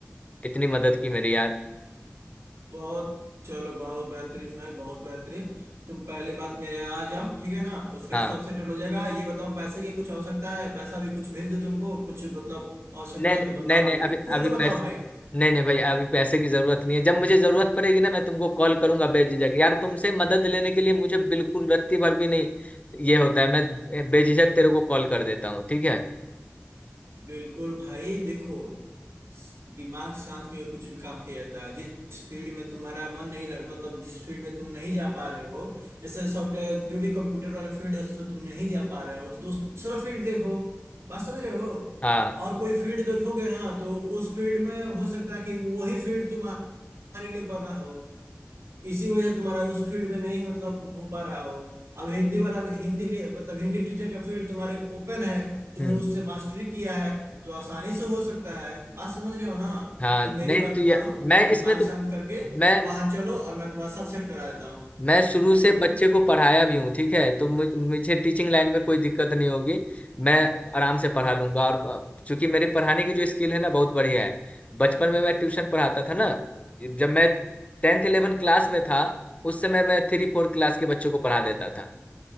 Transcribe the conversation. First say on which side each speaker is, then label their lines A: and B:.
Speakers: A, on the left; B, on the right.
A: इतनी मदद की मेरी यार
B: बहुत चलो बहुत बेहतरीन भाई बहुत बेहतरीन तुम पहले बात मेरे यहाँ आ जाओ ठीक है ना उसका
A: हाँ
B: सब सेटल हो जाएगा ये बताओ पैसे की कुछ आवश्यकता है पैसा भी कुछ भेज दो तुमको कुछ मतलब आवश्यकता
A: नहीं
B: है तो बताओ
A: नहीं नहीं
B: मुझे भी
A: अभी
B: खुल
A: अभी
B: के बताओ
A: पैसे
B: भाई
A: नहीं नहीं भाई अभी पैसे की जरूरत नहीं है जब मुझे जरूरत पड़ेगी ना मैं तुमको कॉल करूंगा बेझिझक यार तुमसे मदद लेने के लिए मुझे बिल्कुल रत्ती भर भी नहीं ये होता है मैं बेझिझक तेरे को कॉल कर देता हूँ ठीक है
B: बिल्कुल भाई देखो स- दिमाग शांत करके कुछ भी काम किया जाता है जिस फील्ड में तुम्हारा मन नहीं लग मतलब जिस फील्ड में तुम नहीं जा पा रहे हो जैसे सॉफ्टवेयर जो भी कंप्यूटर वाला फील्ड है उसको तुम नहीं जा पा रहे हो तो दूसरा फील्ड देखो बात समझ रहे हो
A: हाँ
B: और कोई फील्ड देखोगे ना तो उस फील्ड में हो सकता है कि वही फील्ड तुम्हारे लिए बना हो इसी वजह से तुम्हारा उस फील्ड में नहीं मतलब हो पा रहा हो अब हिंदी वाला तो, हिंदी लिए मतलब हिंदी टीचर का फील्ड तुम्हारे ओपन है तुमने
A: हम्म
B: उससे मास्टरी किया है तो आसानी से हो सकता है बात समझ रहे हो ना
A: हाँ
B: तो मेरी
A: नहीं
B: बात
A: तो या,
B: मानो
A: मैं
B: दिमाग
A: इसमें तो
B: शांत करके
A: मैं
B: वहां चलो और मैं तुम्हारा सब सेट करा देता हूँ
A: मैं शुरू से
B: हाँ बोलो
A: बच्चे को पढ़ाया भी हूँ ठीक है तो मुझ- मुझे टीचिंग लाइन में कोई दिक्कत नहीं होगी मैं आराम से पढ़ा लूंगा और अ, चूंकि मेरे पढ़ाने की जो स्किल है ना बहुत बढ़िया है बचपन में मैं ट्यूशन पढ़ाता था ना जब मैं टेंथ इलेवन क्लास में था उस समय मैं थ्री फोर क्लास के बच्चों को पढ़ा देता था